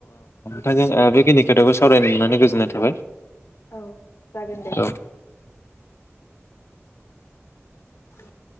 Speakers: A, on the left; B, on the left.
A: ना जोंओ बेखिनि खोथाखौ सावरायनो मोनानै गोजोननाय थाबाय।
B: औ जागोन दे।
A: औ
B: <inaudible>